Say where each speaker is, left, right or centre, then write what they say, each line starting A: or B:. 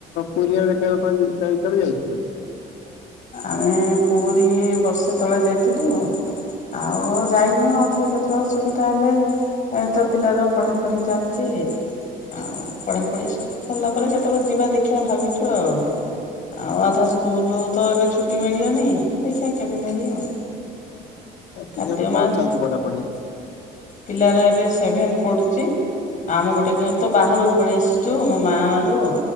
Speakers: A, on the left; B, on the left.
A: ପୁରୀ ଆଡ଼େ କେବେ କଣ ଯା ଜ <unintelligible> ଯାଇଥିଲେ।
B: ଆମେ ପୁରୀ ବର୍ଷେ ତଳେ ଯାଇଥିଲୁ। ଆଉ ଯାଇନୁ ଆଉଥରେ କେତେବେଳେ ସୁବିଧା ହେଲେ ଏଇ ତ ପିଲାର ପଢାପଢି ଚାଲିଚି। ଆଉ ପଢାପଢି ସ ସରିଲା ପରେ ଯେତେବେଳେ ଯିବା ଦେଖିଆ ଭାବିଛୁ ଆଉ ଆଉ ଆଥ ସ୍କୁଲ ତ ଏବେ ଛୁଟି ମିଳିବନି ଦେଖିଆ କେବେ ମିଳିବ।
A: ଆଉ
B: କାର୍ତ୍ତିକ
A: ପିଲର କଣ
B: ମାସ
A: ଚାଲିଛି ପଢା ପଢ଼ି?
B: ପିଲାର ଏବେ ସେବେନ୍ତଃ ପଢୁଛି। ଆମେ ଗୋଟେ ଗାଁ ତ ବାହାରକୁ ପଳେଇ ଆସିଛୁ ମୋ ମା ଅରୁ